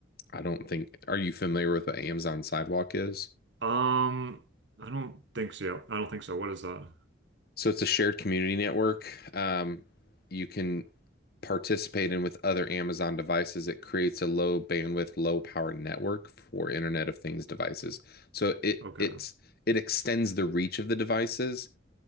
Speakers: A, on the left (about 50°); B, on the right (about 65°).
A: I don't think, are you familiar with what Amazon Sidewalk is?
B: Um, I don't think so. I don't think so. What is that?
A: So it's a shared community network. Um, you can participate in with other Amazon devices. It creates a low bandwidth, low power network for Internet of Things devices. So it
B: Okay.
A: it's it extends the reach of the devices,